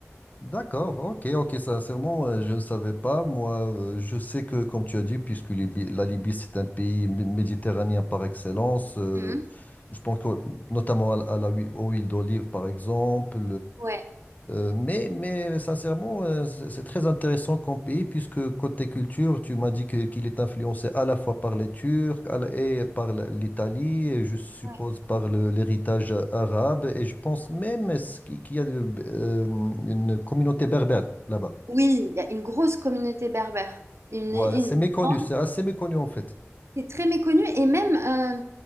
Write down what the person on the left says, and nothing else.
D'accord, ok, ok, sincèrement, euh, je ne savais pas. Moi, euh, je sais que, comme tu as dit, puisque Libye- la Libye, c'est un pays mé- méditerranéen par excellence, euh,
je pense que, notamment à, la- à la hui- aux huiles d'olive, par exemple,
euh, mais, mais sincèrement, euh, c'est c'est très intéressant comme pays, puisque côté culture, tu m'as dit que- qu'il est influencé à la fois par les Turcs à la- et par la- l'Italie, et je suppose
par le- l'héritage arabe, et je pense même est-ce qu'il qu'il y a de- euh, une communauté berbère là-bas.
Voilà,
c'est méconnu,
c'est assez méconnu en fait.